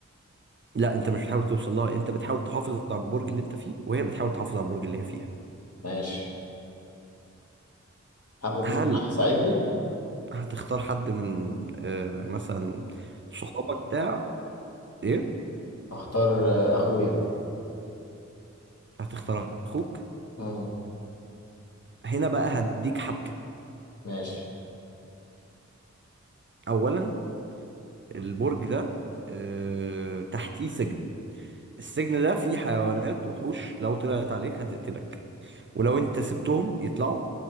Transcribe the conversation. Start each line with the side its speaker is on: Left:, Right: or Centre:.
Right: لا انت مش بتحاول توصل لها انت بتحاول تحافظ على البرج اللي انت فيه وهي بتحاول تحافظ على البرج اللي هي فيها
Left: ماشي هاخد
Right: هل
Left: مين معايا يساعدني
Right: هتختار حد من آه مثلا صحابك بتاع ايه
Left: اختار آه، اخويا
Right: هتختار اخوك
Left: امم
Right: هنا بقى هديك حبكة
Left: ماشي
Right: اولا البرج ده آه تحتيه سجن السجن ده فيه حيوانات وحوش لو طلعت عليك هتقتلك ولو انت سبتهم يطلعوا